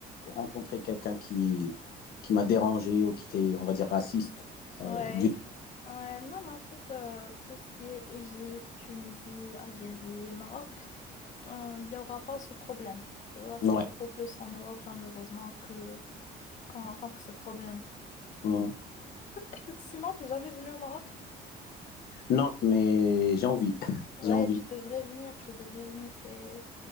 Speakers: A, on the left (about 65°); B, on the left (about 45°).
A: rencontré quelqu'un qui, qui m'a dérangé ou qui était, on va dire, raciste euh,
B: Ouais.
A: du tout.
B: Ouais. Non, mais en fait, euh, tout ce qui est Égypte, Tunisie, Algérie, Maroc, euh, il n'y aura pas ce problème. Tu vois, c'est
A: Ouais, ouais.
B: beaucoup plus en Europe, malheureusement, que qu'on rencontre ce problème.
A: Mhm.
B: <laughs> Sinon, t'es jamais venu au Maroc?
A: Non, mais j'ai envie. <laughs>
B: Ouais,
A: J'ai envie.
B: tu devrais venir, tu devrais venir, c'est